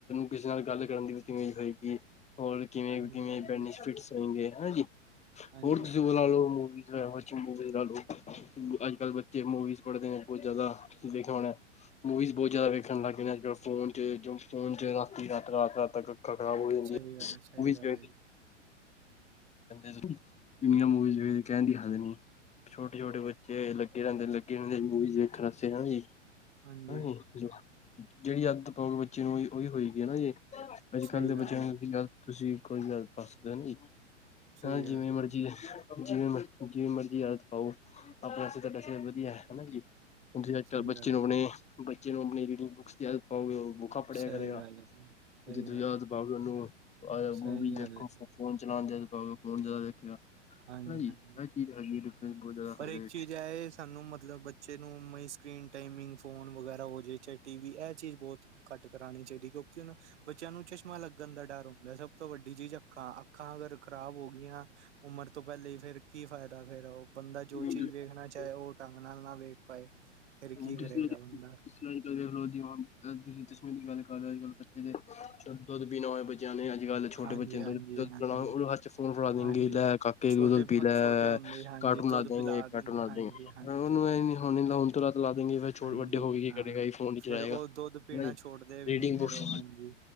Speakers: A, on the left; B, on the right.
A: ਕਿਸੇ ਨਾਲ ਗੱਲ ਕਰਨ ਦੀ ਵੀ ਤਮੀਜ਼ ਹੋਏਗੀ ਹੋਰ ਕਿਵੇਂ-ਕਿਵੇਂ
B: ਹਾਂਜੀ ਹਾਂਜੀ ਹਾਂਜੀ
A: ਬੈਨੀਫਿਟ ਹੋਨਗੇ ਹੈ ਨਾ ਜੀ
B: ਹਾਂਜੀ
A: ਹੋਰ ਤੁਸੀਂ ਬੁਲਾ ਲੋ <inaudible> ਮਵਜ਼ਵਜ਼ ਲਾ ਲਓ ਅੱਜ ਕੱਲ੍ਹ ਬੱਚੇ ਮੂਵੀਜ਼ ਪੜ੍ਹਦੇ ਨੇ ਬਹੁਤ ਜ਼ਿਆਦਾ ਦੇਖਿਆ ਹੋਣਾ ਮੂਵੀਜ਼ ਬਹੁਤ ਜ਼ਿਆਦਾ ਵੇਖਣ ਲੱਗ ਗਏ ਨੇ। ਫੋਨ ਚ ਜੋ ਫੋਨ ਚ ਰਾਤੀ ਰਾ ਰਾਤ-ਰਾਤ ਤੱਕ ਅੱਖਾਂ ਖਰਾਬ ਹੋ ਜਾਂਦੀ
B: ਸਹੀ
A: ਹੈ
B: ਗੱਲ ਸਹੀ ਗੱਲ ਜੀ
A: ਕਰਦੇ ਨ ਇੰਨੀਆਂ ਮੂਵੀਜ਼ ਕਹਿਣ ਦੀ ਹੱਦ ਨਹੀਂ ਛੋਟੇ-ਛੋਟੇ ਬੱਚੇ ਲੱਗੇ ਰਹਿੰਦੇ ਲੱਗੇ ਦੇ ਨੇ ਮੂਵੀਜ ਦੇਖਣ ਵਸਤੇ ਜੀ।
B: ਹਾਂਜੀ
A: ਹਾ ਜੀ ਜਿਹੜੀ ਆਦਤ ਪਾਉਗੇ ਬੱਚੇ ਨੂੰ ਉਹੀ ਹੋਏਗੀ ਹੈ ਨਾ ਜੀ। ਅੱਜ
B: ਸਹੀ
A: ਕੱਲ੍ਹ ਦੇ ਬੱਚਿਆਂ
B: ਗੱਲ ਹੈ ਜੀ,
A: ਨੂੰ ਤੁਸੀ-ਤੁਸੀਂ ਕੋਈ ਗੱਲ ਦੱਸਦੇ ਜੀ
B: ਸਹੀ
A: ਹਾਂ ਜਿਵੇਂ
B: ਗੱਲ ਹੈ
A: ਮਰਜੀ
B: ਜੀ,
A: ਦੇ ਜਿਵੇਂ ਮ ਜਿਵੇਂ ਮਰਜ਼ੀ ਆਦਤ ਪਾਓ ਆਪਣੇ ਤੁਹਾਡਾ ਸਿਹਤ ਵਧੀਆ ਹਨਾ ਜੀ ਹ ਅੱਜ
B: ਸਹੀ
A: ਕੱਲ੍ਹ ਬੱਚੇ
B: ਗੱਲ
A: ਨੂੰ
B: ਹੈ,
A: ਆਪਣੇ
B: ਜੀ,
A: ਬੱਚੇ ਨੂੰ ਆਪਣੀ ਰੀਡਿੰਗ ਬੁੱਕਸ ਦੀ ਆ ਆਓਗੇ ਉਹ ਬੁਕਾ ਪੜਿਆ
B: ਸਹੀ
A: ਕਰੇਗਾ
B: ਗੱਲ ਹੈ ਜੀ, ਸਹੀ
A: ਜਦੋਂ
B: ਗੱਲ
A: ਯਾਦ
B: ਹੈ।
A: ਪਾਵੇ ਉਹਨੂੰ
B: ਸਹੀ
A: ਮੂਵੀ
B: ਗੱਲ
A: ਦੇਖੋ
B: ਹੈ
A: ਫੋਨ ਚਲਓ <inaudible>
B: ਹਾਂਜੀ
A: ਹਨਾ ਜੀ
B: ਹਾਂਜੀ
A: ਇਹ ਚੀਜ਼ ਹੈਗੀ ਡਿਫਰੈਂਸ ਬਹੁਤ ਜ਼ਿਆਦਾ
B: ਪਰ ਇੱਕ ਚੀਜ਼ ਹੈ ਸਾਨੂੰ ਮਤਲਬ ਬੱਚੇ ਨੂੰ ਸਕਰੀਨ ਟਾਈਮਿੰਗ ਫੋਨ ਵਗੈਰਾ ਹੋ ਜੈ ਚਾਹੇ ਟੀ ਵੀ ਇਹ ਚੀਜ਼ ਬਹੁਤ ਘੱਟ ਕਰਾਉਣੀ ਚਾਹੀਦੀ ਕਿਉਂਕਿ ਹੁਣ ਬੱਚਿਆਂ ਨੂੰ ਚਸ਼ਮਾ ਲੱਗਣ ਦਾ ਡਰ ਹੁੰਦਾ ਸਭ ਤੋਂ ਵੱਡੀ ਚੀਜ਼ ਅੱਖਾਂ ਅੱਖਾਂ ਅਗਰ ਖ਼ਰਾਬ ਹੋ ਗਈਆਂ ਉਮਰ ਤੋਂ ਪਹਿਲੇ ਹੀ ਫੇਰ ਕੀ ਫਾਇਦਾ ਫੇਰ ਉਹ ਬੰਦਾ
A: ਹੈਗਾ
B: ਜੋ ਚੀਜ਼ ਵੇਖਣਾ ਚਾਹੇ ਉਹ ਢੰਗ ਨਾਲ ਨਾ ਵੇਖ ਪਾਏ ਫਿਰ
A: ਹੁਣ
B: ਕੀ
A: ਤੁਸੀਂ
B: ਕਰੇਗਾ
A: ਅੱਜ
B: ਬੰਦਾ
A: ਤੁਸੀਂ ਅੱਜ ਕੱਲ੍ਹ ਦੇਖ ਲਓ ਜੀ ਹੁਣ ਅ ਤੁਸੀਂ ਚਸ਼ਮੇ ਦੀ ਗੱਲ ਕਰ ਲਿਓ ਅੱਜ ਕੱਲ ਬੱਚੇ ਦੇ ਦੁੱਧ ਪੀ ਨਾ ਹੋਏ ਨੇ ਅੱਜ ਕੱਲ ਛੋਟੇ
B: ਹਾਂਜੀ
A: ਬੱਚੇ
B: ਹਾਂਜੀ
A: ਦੁਧ ਦੁਧਉਣਾ
B: ਹਾਂਜੀ
A: ਹ ਚ ਫੋਨ ਫੜਾ ਦੇ
B: ਹਾਂਜੀ
A: ਗੇ ਲੇ ਕਾਕੇ
B: ਛੋਟੇ
A: ਦ ਦੁੱਧ ਪੀ ਲੈ
B: ਛੋਟੇ ਹੁੰਦੇ ਹੀ, ਹਾਂਜੀ
A: ਕਾਰਟੂਨ
B: ਦੁੱਧ
A: ਲ ਦਗੇ
B: ਪਿਲਾ
A: ਕਾਰਟੂਨ
B: ਦਿੰਦੇ
A: ਲਾ
B: ਹਾਂਜੀ
A: ਦੇਣ ਗੇ
B: ਹਾਂਜੀ
A: ਉਹਨੂੰ ਇਹ ਨਿ ਹੋਣੀ ਰਾਤ ਲਾਦੇ ਗੇ ਫੇਰ ਛੋਟੇ
B: ਹਾਂਜੀ
A: ਵੱਡੇ ਹੋਗਾ
B: ਹਾਂ
A: ਕੀ ਕਰੇਗਾ ਫੋਨ ਹੀ ਚਲਾਏਗਾ
B: ਫੇਰ ਉਹ ਦੁੱਧ ਪੀਣਾ
A: ਹਨਾ ਜੀ
B: ਛੋੜਦੇ ਵੀ
A: ਰੀਡਿੰਗ
B: ਨੀ ਫੇਰ
A: ਬੁੱਕਸ।
B: ਉਹ ਹਾਂਜੀ